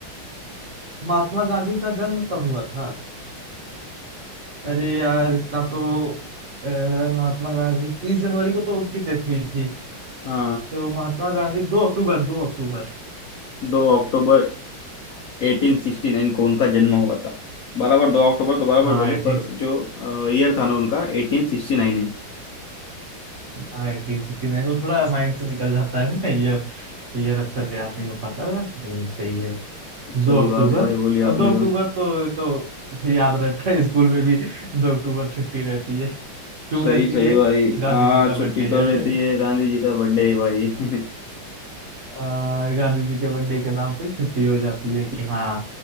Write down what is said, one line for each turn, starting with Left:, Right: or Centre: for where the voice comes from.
Right: महात्मा गांधी का जन्म कब हुआ था अरे यार इसका तो अ, महात्मा गांधी तीस जनवरी को तो उनकी डेथ हुई थी
Left: हाँ
Right: तो महात्मा गांधी दो अक्टूबर दो अक्टूबर
Left: दो अक्टूबर 1869 को उनका जन्म हुआ था बराबर दो अक्टूबर तो बराबर
Right: हाँ
Left: बोले
Right: एटीन
Left: पर जो ईयर था ना उनका 1869 है
Right: हाँ एटीन सिक्सटी नाइन वो थोड़ा माइंड से निकल जाता है ना ईयर ईयर अक्सर याद नहीं हो पाता है हम्म, सही है
Left: सही
Right: दो अक्टूबर
Left: बात है भाई बोलिए
Right: अब
Left: आपने
Right: दो
Left: तो
Right: अक्टूबर तो ये तो याद रहता है स्कूल में भी दो अक्टूबर छुट्टी रहती है क्यों
Left: सही
Right: रहती
Left: सही
Right: है
Left: भाई
Right: गांधी
Left: हाँ
Right: जी का
Left: छुट्टी
Right: बर्थडे
Left: तो रहती
Right: है
Left: है गांधी जी का बर्थडे है भाई <laughs>
Right: अ, गांधी जी के बर्थडे के नाम पे छुट्टी हो जाती है कि हाँ